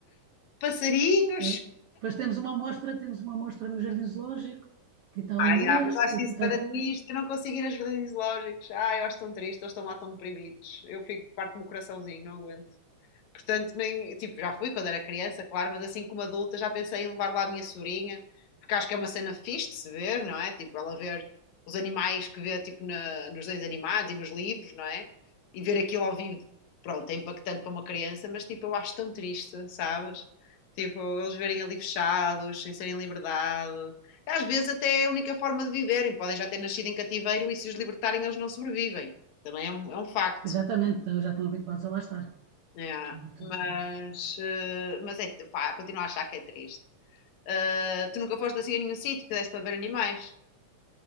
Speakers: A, on the left (about 70°); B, on the right (about 70°).
A: passarinhos.
B: Eu- Depois temos uma amostra, temos uma amostra no Jardim Zoológico. Aqui está
A: Ai,
B: um
A: ah, yeah,
B: destes,
A: mas acho
B: aqui
A: isso
B: está
A: para
B: aquele.
A: triste, eu não consigo ir a jardins zoológicos. Ai, eu acho tão triste, eles estão lá tão deprimidos. Eu fico, parte do meu coraçãozinho, não aguento. Portanto, nem, tipo, já fui quando era criança, claro, mas assim como adulta já pensei em levar lá a minha sobrinha, porque acho que é uma cena fixe de se ver, não é? Tipo, ela ver os animais que vê, tipo, na, nos desenhos animados e nos livros, não é? E ver aquilo ao vivo, pronto, é impactante para uma criança, mas tipo, eu acho tão triste, sabes? Tipo, eles verem ali fechados, sem serem em liberdade. Às vezes até é a única forma de viverem, podem já ter nascido em cativeiro e se os libertarem eles não sobrevivem. Também é um, é um facto.
B: Exatamente, então já estão habituados a lá estar.
A: É,
B: Estão habituados
A: mas,
B: a lá estar.
A: eh, mas é, pá, continuo a achar que é triste. Eh, tu nunca foste assim a nenhum sítio que desse para ver animais